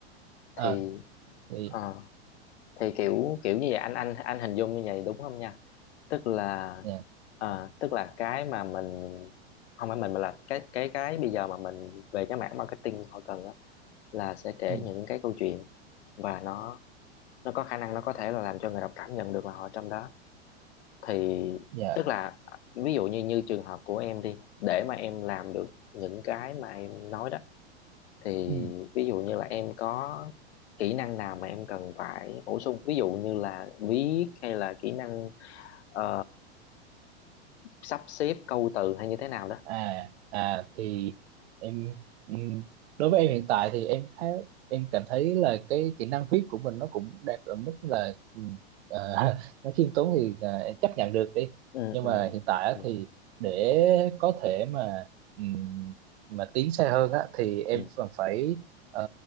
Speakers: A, on the left; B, on the right.
A: thì
B: à thì
A: ờ, thì kiểu kiểu như vậy anh anh anh hình dung như vậy đúng không nha tức là
B: dạ
A: ờ, tức là cái mà mình không phải mình mà là cái cái cái bây giờ mà mình về cái mảng marketing họ cần á là sẽ kể
B: ừ,
A: những cái câu chuyện và nó nó có khả năng nó có thể là làm cho người đọc cảm nhận được là họ trong đó thì
B: dạ
A: tức là ví dụ như như trường hợp của em đi để mà em làm được những cái mà em nói đó thì
B: ừ.
A: ví dụ như là em có kỹ năng nào mà em cần phải bổ sung ví dụ như là viết hay là kỹ năng ờ, sắp xếp câu từ hay như thế nào đó
B: à à thì em ừm, đối với em hiện tại thì em thấy em cảm thấy là cái kỹ năng viết của mình nó cũng đạt ở mức là ừm, ờ, <laughs> nó khiêm tốn thì ờ, em chấp nhận được đi
A: ừ
B: nhưng
A: ừ
B: mà hiện tại
A: ừ
B: á thì để có thể mà ừm, mà tiến xa hơn á thì em
A: ừ
B: còn phải ờ,